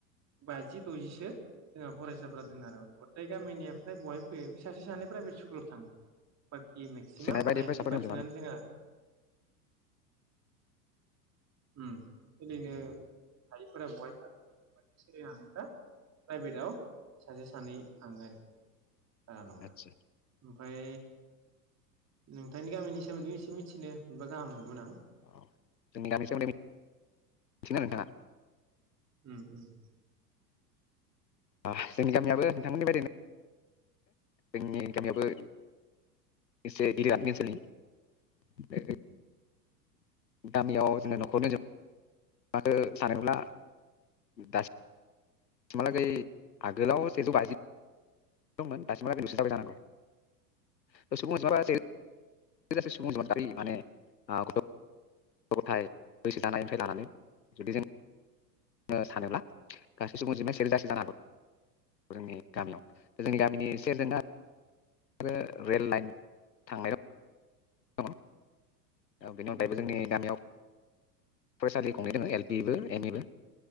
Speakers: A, on the right; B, on the left.
A: बाजि द'जिसो जोंहा फरायसाफ्रा दङ आरो गथाय गामिनिया फ्राय बहाय बे सासे सानै प्राइभेट स्कुलाव थाङो कि मेक्सिमाम
B: सोनाय बायदि
A: नाइनटि
B: फरायसाफोरनि
A: पारसेन्टआनो
B: अनजिमा दं
A: जोंहा उम सोलिनो हायैफोरा बेहाय <inaudible> सोलिनो हानायफ्रा प्राइभेटाव सासे सानै थाङो आरोखि बारा नङा
B: आदसा
A: ओमफ्राय नोंथांनि गामिनि सोमोन्दै एसे मिथिनो मोनबा गाहाम मोनगौमोन आं
B: औ जोंनि गामिनि सोमोन्दै मिथिनो नोंथाङा
A: उम-उम
B: आ-जोंनि गामियाबो नोंथांमोननि बादिनो जोंनि गामियाबो एसे गिदिर गामि बे ओनसोलनि गामियाव जोंहा न'खरनो जुब माखौ सानोब्ला दासिम दासिमहालागै आगोलाव सेजौ बाजि दंमोन दासिमहालागै नुसिनबाय जानांगौ सुबुं <inaudible> <unintelligible> गथ' गथाय बैसो जानायनिफ्राय लानानै जुदि जों <unintelligible> सानोब्ला गासै सुबुं अनजिमाया <unintelligible> जानो हागौ। जोंनि गामियाव जोंनि गामिनि सेरजोंनो आरो रेल लाइन थांनायाव दङ'। औ बेनि अनगायैबो
A: उम
B: जोंनि गामियाव फरायसालि गंनै दोङो एल पिबो एम इबो